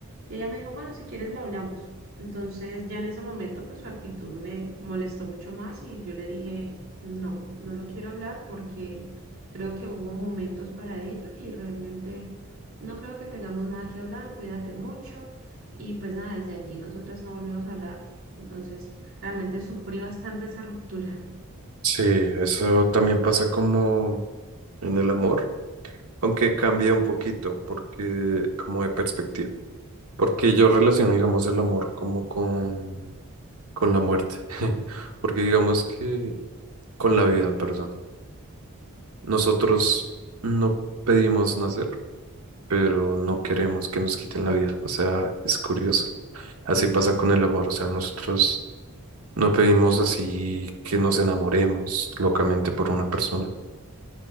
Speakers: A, on the right (about 60°); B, on the right (about 80°).
A: Y ella me dijo, bueno, si quieres lo hablamos. Entonces ya en ese momento pues su actitud me molestó mucho más y yo le dije, no, no lo quiero hablar porque creo que hubo momentos para ello y realmente no creo que tengamos nada que hablar, cuídate mucho y pues nada, desde allí nosotras no volvimos a hablar. Entonces realmente sufrí bastante esa ruptura.
B: Sí, eso también pasa como en el amor, aunque cambia un poquito porque como de perspectiva, porque yo relaciono, digamos, el amor como con con la muerte, <laughs> porque digamos que con la vida, perdón. Nosotros no pedimos nacer pero no queremos que nos quiten la vida. O sea, es curioso. Así pasa con el amor. O sea, nosotros no pedimos así que nos enamoremos locamente por una persona